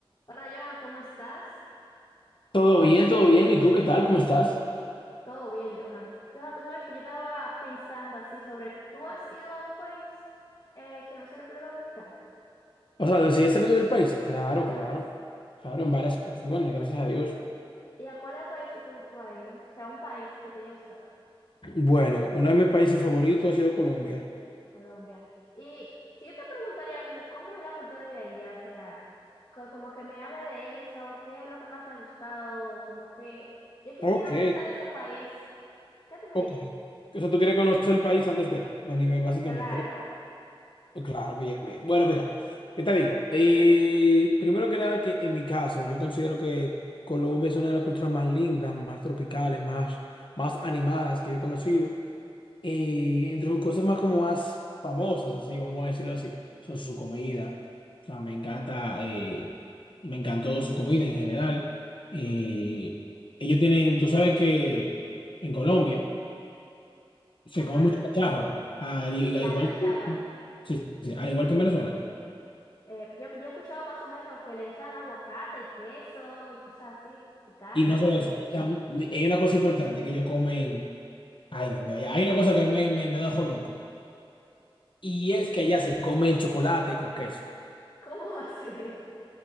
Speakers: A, on the left; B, on the left.
A: Hola Johan, ¿cómo estás?
B: Todo bien, todo bien. ¿Y tú qué tal? ¿Cómo estás?
A: Todo bien, Johan. Johan, tú sabes que yo estaba pensando así sobre, ¿tú has ido a un país eh, que no sea República Dominicana?
B: O sea, ¿decidiste salir del país? Claro,
A: Claro
B: claro,
A: que sí.
B: claro,
A: ¿Y,
B: en varias ocasiones, gracias a Dios.
A: y a cuáles países tú, tú has ido? O sea, un país que te haya gustado,
B: Bueno, uno de mis países favoritos ha sido Colombia.
A: Colombia. Y si yo te preguntaría como, ¿cómo es la cultura de allá? O sea, co- como que me hable de eso, ¿qué es lo que más te ha gustado? O Como que yo quisiera
B: Ok,
A: visitar ese país, ¿qué tú me
B: ok.
A: dirías?
B: O sea, tú quieres conocer el país antes de, a nivel básicamente,
A: Claro.
B: ¿verdad? Pues Claro, bien, bien. Bueno, mira, ¿qué te digo? Eh, primero que nada, que en mi caso, yo considero que Colombia es una de las culturas más lindas, más tropicales, más, más animadas que yo he conocido. eh, entre sus cosas más como más famosas, así, vamos a decirlo así, son su comida. O sea, me encanta, eh, me encantó su comida en general. Eh, ellos tienen, tú sabes que en Colombia se
A: Ajá,
B: come mucha
A: sí.
B: cachapa, al, al igual
A: La cachapa.
B: que, sí, sí, al igual que en Venezuela.
A: Eh, yo, yo he escuchado más o menos que le echan aguacate y queso y cosas así. Y carne
B: Y no
A: también.
B: solo eso, ya- hay una cosa importante que ellos comen, ay Dios mío, hay una cosa que a mí me, me, me dejó loco. Y es que allá se come el chocolate con queso.
A: ¿Cómo así? <laughs>